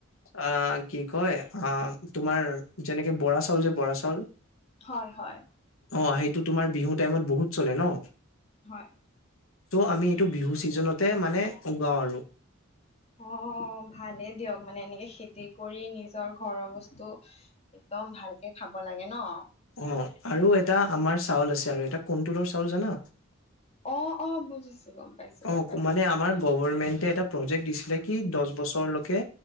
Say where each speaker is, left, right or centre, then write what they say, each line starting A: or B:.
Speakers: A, on the left; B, on the left.
A: অ', কি কয়, অ', তোমাৰ যেনেকে বৰা চাউল যে বৰা চাউল
B: হয়, হয়
A: অ', সেইটো তোমাৰ বিহু টাইমত বহুত চলে ন
B: হয়,
A: আমি, এইটো বিহু ছিজনতে মানে উগাও আৰু
B: অ', ভালেই দিয়ক মানে এনেকে খেতি কৰি নিজৰ ঘৰৰ বস্তু একদম ভালকে খাব লাগে ন!
A: অ', আৰু এটা আমাৰ চাউল আছে আৰু এটা কণ্টোলৰ চাউল জানা!
B: অ', অ', বুজিছোঁ গম পাইছো
A: অ',
B: গম পাইছো
A: মানে আমাৰ গভৰমেন্টে এটা প্ৰজেক্ট দিছিলে কি দহ বছৰলৈকে